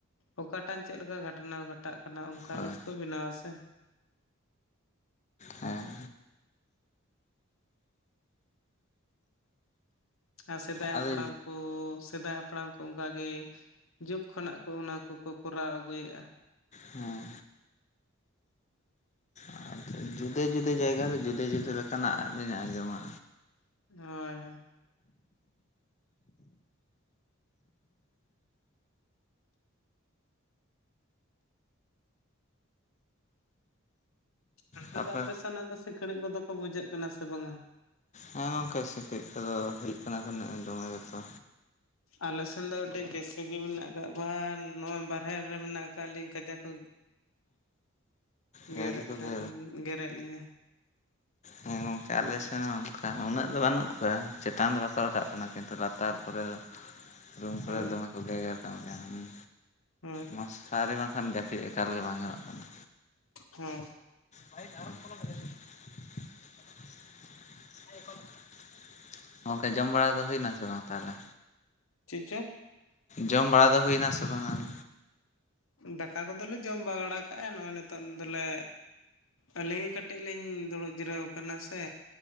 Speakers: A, on the left; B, on the left.
A: ᱚᱠᱟ ᱴᱟᱝ ᱪᱮᱜ ᱞᱮᱠᱟ ᱜᱷᱟᱴᱱᱟ ᱜᱷᱟᱴᱟᱜ ᱠᱟᱱᱟ, ᱚᱱᱠᱟ
B: ᱦᱳᱭ
A: ᱜᱮ ᱥᱮ ᱠᱚ ᱵᱮᱱᱟᱣᱟ ᱥᱮ᱾
B: ᱦᱮᱸ
A: ᱟᱨ ᱥᱮᱫᱟᱭ
B: ᱟᱫᱚ
A: ᱦᱟᱯᱲᱟᱢ ᱠᱚᱻᱥᱼᱼ ᱥᱮᱫᱟᱭ ᱦᱟᱯᱲᱟᱢ ᱠᱚ ᱚᱱᱠᱟ ᱜᱮ ᱡᱩᱜᱽ ᱠᱷᱚᱱᱟᱜ ᱠᱚ ᱚᱱᱟ ᱠᱚᱠᱚ ᱠᱚᱨᱟᱣ ᱟᱜᱩ ᱮᱜ-ᱟ᱾
B: ᱦᱮᱸ ᱟᱫᱚ ᱡᱩᱫᱼᱼ ᱡᱩᱫᱟᱹ ᱡᱩᱫᱟᱹ ᱡᱟᱭᱜᱟ ᱨᱮ ᱡᱩᱫᱟᱹ ᱡᱩᱫᱟᱹ ᱞᱮᱠᱟ ᱱᱟᱜ ᱵᱤᱱ ᱟᱸᱡᱚᱢᱟ᱾
A: ᱦᱳᱭ ᱦᱳᱭ᱾ ᱚᱱᱛᱮ
B: ᱛᱟᱨᱯᱚᱨᱮ
A: ᱫᱚ ᱟᱯᱮ ᱥᱮ ᱱᱟᱜ ᱫᱚ ᱥᱤᱠᱬᱤᱡ ᱠᱚ ᱫᱚ ᱠᱚ ᱵᱩᱡᱷᱟᱹᱜ ᱠᱟᱱᱟ ᱥᱮ ᱵᱟᱝᱟ?
B: ᱦᱮᱸ ᱜᱚᱝᱠᱮ ᱥᱤᱠᱲᱤᱡ ᱠᱚᱫᱚ ᱦᱩᱭᱩᱜ ᱠᱟᱱᱟ ᱠᱚ ᱱᱮᱜ-ᱮ ᱫᱚᱢᱮ ᱜᱮᱛᱚ᱾
A: ᱟᱞᱮ ᱥᱮᱱ ᱫᱚ ᱟᱹᱰᱤ ᱵᱮᱥᱼᱼ <unintelligible> ᱢᱤᱱᱟᱜ ᱟᱠᱟᱜ ᱠᱚᱣᱟ ᱱᱚᱜ-ᱚᱭ ᱵᱟᱨᱦᱮ ᱨᱮ ᱢᱮᱱᱟᱜ ᱟᱠᱟᱜ ᱞᱤᱧ ᱠᱟᱡᱟᱠ ᱠᱚᱼᱼ
B: ᱡᱟᱹᱡᱤ
A: ᱜᱮᱨᱮᱜ
B: ᱠᱚᱜᱮ
A: ᱠᱟᱱ ᱜᱮᱨᱮᱜ ᱞᱤᱧᱟᱹ᱾
B: ᱦᱮᱸ ᱜᱚᱝᱠᱮ ᱟᱞᱮ ᱥᱮᱱ ᱦᱚᱸ ᱚᱱᱠᱟ ᱩᱱᱟᱹᱜ ᱫᱚ ᱵᱟᱱᱩᱜ ᱠᱚᱣᱟ, ᱪᱮᱛᱟᱱ ᱫᱚ ᱵᱟ ᱠᱚ ᱨᱟᱠᱟᱵ ᱠᱟᱱᱟ ᱠᱤᱱᱛᱩ ᱞᱟᱛᱟᱨ ᱠᱚᱨᱮ ᱫᱚᱼᱼ ᱨᱩᱢ ᱠᱚᱨᱮ
A: ᱦᱮᱸ
B: ᱫᱚᱢᱮ ᱠᱚ ᱜᱮᱜᱮᱨ ᱠᱟᱱ ᱜᱮᱭᱟ ᱩᱢᱸ
A: ᱦᱮᱸ
B: ᱢᱚᱥᱼᱼ ᱟᱨᱮ ᱵᱟᱝᱠᱷᱟᱱ ᱡᱟᱯᱤᱫ ᱮᱠᱟᱞ ᱜᱮ ᱵᱟᱝ ᱜᱟᱱᱚᱜ ᱠᱟᱱᱟ᱾
A: ᱦᱮᱸ᱾
B: ᱵᱟᱭᱤᱠ‌ ᱟᱨᱚ <unintelligible> <inaudible> ᱜᱚᱝᱠᱮ ᱡᱚᱢ ᱵᱟᱲᱟ ᱫᱚ ᱦᱩᱭᱮᱱᱟ ᱥᱮ ᱵᱟᱝ ᱛᱟᱦᱚᱞᱮ?
A: ᱪᱤᱫ ᱪᱚ?
B: ᱡᱚᱢ ᱵᱟᱲᱟ ᱫᱚ ᱦᱩᱭᱱᱟ ᱥᱮ ᱵᱟᱝᱟ ᱟᱨ?
A: ᱫᱟᱠᱟ ᱠᱚᱫᱚ ᱞᱮ ᱡᱚᱢ ᱵᱟᱲᱟ ᱠᱟᱜ-ᱟ᱾ ᱱᱚᱜ-ᱚᱭ ᱱᱤᱛᱚᱜ ᱫᱚᱞᱮᱼᱼ ᱟᱹᱞᱤᱧ ᱜᱮ ᱠᱟᱹᱴᱤᱡ ᱞᱤᱧ ᱫᱩᱲᱩᱵ ᱡᱤᱨᱟᱹᱣ ᱠᱟᱱᱟ ᱥᱮ᱾